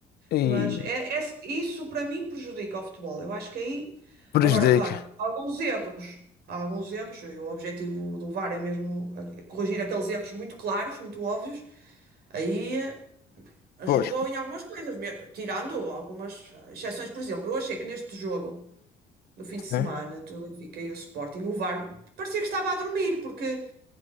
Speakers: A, on the left; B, on the right.
A: e
B: Mas é, é- isso para mim prejudica o futebol. Eu acho que aí,
A: prejudica.
B: agora, claro, há alguns erros, há alguns erros, e o objetivo do VAR é mesmo a- corrigir aqueles erros muito claros, muito óbvios, aí eh, ajudou
A: Pois,
B: em algumas coisas, me- tirando algumas eh, exceções. Por exemplo, eu achei que neste jogo. No fim de semana,
A: né?
B: do Benfica e o Sporting, o VAR parecia que estava a dormir, porque